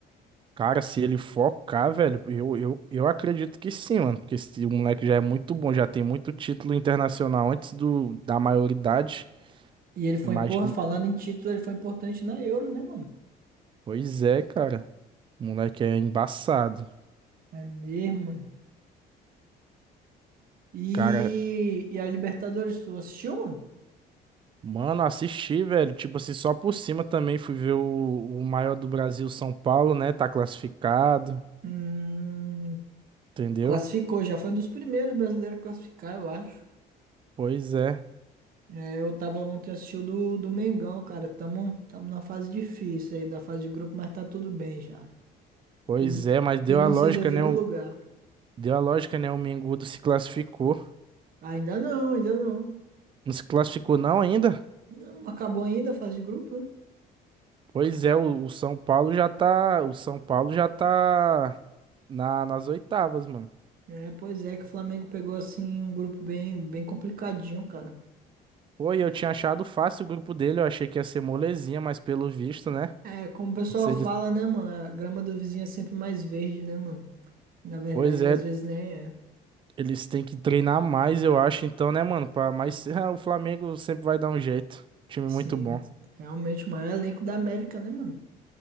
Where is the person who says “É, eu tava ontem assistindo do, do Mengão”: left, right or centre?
Right